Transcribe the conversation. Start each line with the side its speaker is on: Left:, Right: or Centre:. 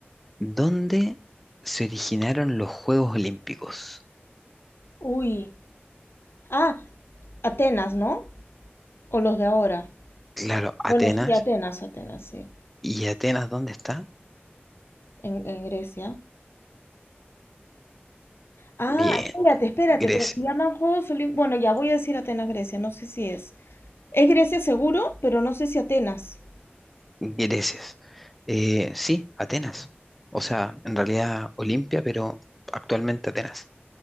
Centre: ¿Dónde se originaron los Juegos Olímpicos?
Left: Uy, ah, Atenas, ¿no? O los de ahora.
Centre: Claro, Atenas.
Left: Bueno, sí, Atenas, Atenas, sí.
Centre: ¿Y Atenas dónde está?
Left: en, en Grecia. Ah,
Centre: Bien,
Left: espérate, espérate,
Centre: Grecia.
Left: pero se llaman Juegos Olímpicos. Bueno, ya voy a decir Atenas, Grecia, no sé si es. Es Grecia seguro, pero no sé si Atenas.
Centre: Grecia. Eh, sí, Atenas. O sea, en realidad Olimpia, pero actualmente Atenas.